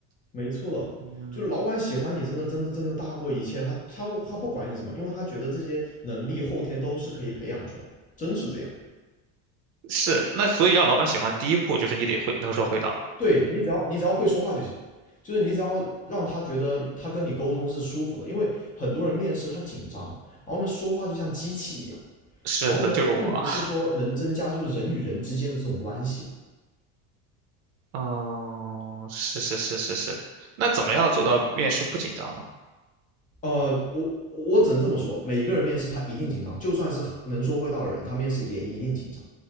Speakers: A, on the left (about 20°); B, on the right (about 80°).
A: 没错了，
B: 嗯。
A: 就老板喜欢你，真的真的真的大过一切。他他不他不管你什么，因为他觉得这些能力后天都是可以培养出来的，真是这样。
B: 是，那所以让老板喜欢，第一步就是你得会能说会道。
A: 对你只要你只要会说话就行，就是你只要让他觉得他跟你沟通是舒服的，因为很多人面试他紧张，然后呢说话就像机器一样，
B: 是的，
A: 然后呢并不是说能增加就是人与人之间的这种关系。
B: 就是我。嗯，是是是是是。那怎么样做到面试不紧张呢？
A: 呃，我我只能这么说，每个人面试他一定紧张，就算是很能说会道的人，他面试也一定紧张。